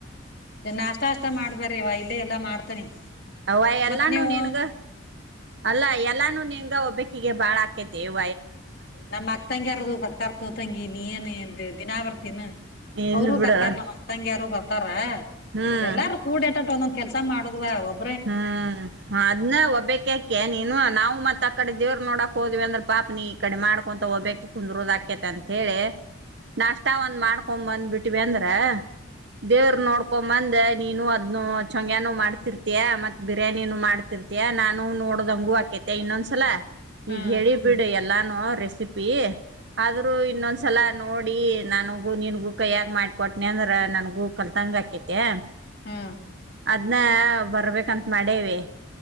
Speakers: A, on the left; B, on the right.
A: ಹ ನಾಸ್ ಅಸ್ ಮಾಡ್ಬ್ರಿವ ಇಲ್ಲೇ ಎಲ್ಲಾ ಮಾಡ್ತನಿ
B: ಅವ ಎಲ್ಲಾನು
A: ಮತ್ ನೀವು
B: ನಿನ್ಗ ಅಲ್ಲ ಎಲ್ಲಾನು ನಿನ್ಗ ಒಬ್ಬಕ್ಕಿಗೆ ಭಾಳ ಹಾಕೇತಿವ
A: ನಮ್ಮ ಅಕ್ ತಂಗಿಯರು ಬರ್ತಾರತ ತಂಗಿ ನೀ ಏನ್ ದಿನಾ ಬರ್ತೀಿನ
B: ಇಲ್
A: ಅವರುೂ
B: ಬಿಡು
A: ಬರ್ತಾರ ನಮ್ಮ ಅಕ್ಕ ತಂಗಿ ಯಾರು ಬರ್ತಾರೆ ತಾರ
B: ಹ್ಮ್
A: ಎಲ್ಲಾರು ಕೂಡೇಟಟ್ಟ ಒಂದೊಂದ ಕೆಲ್ಸ ಮಾಡ್ ಒಬ್ಬ
B: ಹ್ಮ್ ಅದ್ನ್ನ ಒಬ್ಬೇಕ್ಯಾಕೆ ನೀನು ನಾವು ಮತ್ ಆ ಕಡೆ ದೇವ್ರ ನೋಡಾಕ್ ಹೋದ್ವಿ ಅಂದ್ರ ಪಾಪ ನೀ ಈ ಕಡೆ ಮಾಡ್ಕೊಂತ ಹೋಗ್ಬ ಕುಂದ್ರೋದ್ ಆಾಕೇತ ಅಂತ ಹೇಳಿ
A: ಹ್ಮ್
B: ನಾಷ್ಟ ಒಂದ್ ಮಾಡ್ಕೊಂಡ ಕೊ್ ಬಂದ್ ಬಿಟ್ಟವಿ ಅಂದ್ರ ದೇವ್ರ ನೋಡ್ಕ ಕಕೊಂಬಂದ್ ನೀನು ಅದ್ ಚಂಗ್ಯಾನು ಮಾಡ್ತಿರ್ತ <unintelligible> ಇತ ಮತ್ ಬಿರಿಯಾನಿನ ಮಾಡ್ತಿರ್ತಯಾ ನಾನು ನೋಡದ ಹಂಗು ಆಾಕೇತಿ ಇನ್ನೊಂದ್ಸಲ <unintelligible>
A: ಹ್ಮ್
B: ಈಗ ಹೇಳಿ ಬಿಡು ಎಲ್ಲಾನು ರೆಸಿಪಿ ಆದ್ರೂ ಇನ್ನೊಂದ್ಸಲ ನೋಡಿ ನನಗೂ ನಿನ್ಗೂ ಕೈಯಾಗೆ ಮಾಡಿಕ ಕೊಟ್ನಿ ಅಂದ್ರ ನನ್ಗೂ ಕಲ್ತಂಗ ಆಕೈತೆ
A: ಹ್ಮ
B: ಅದನ ಬರ್ಬೇಕಂತ ಮಾಡೇವಿ